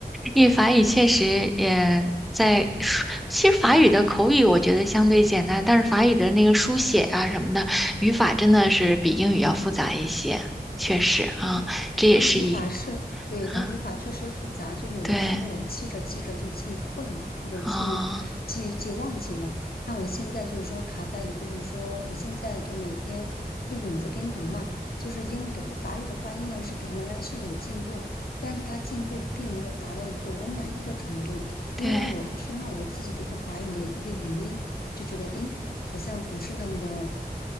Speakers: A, in the centre; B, on the left.
A: 因为法语确实也在书其实法语的口语我觉得相对简单，但是法语的那个书写啊什么的，语法真的是比英语要复杂一些，确实啊，
B: 嗯，
A: 这也是一。
B: 它语法是，对，它语法确实复杂，
A: 啊
B: 就有的时候我记着记着就记混了，
A: 对，
B: 或者记记记忘记了。
A: 啊、
B: 那我现在就是说卡在一个，就是说我现在就每天会影子跟读嘛，就是英语的法语的发音呢是比原来是有进步，但是它进步并没有达到一个我满意的程度，
A: 对，
B: 因为我听了我自己的一个法语的一个语音，就觉得诶好像不是那么的